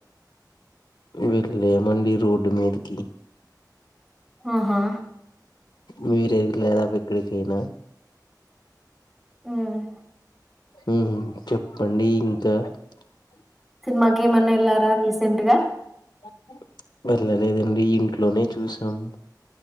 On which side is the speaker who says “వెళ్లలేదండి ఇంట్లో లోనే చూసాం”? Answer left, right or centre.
Left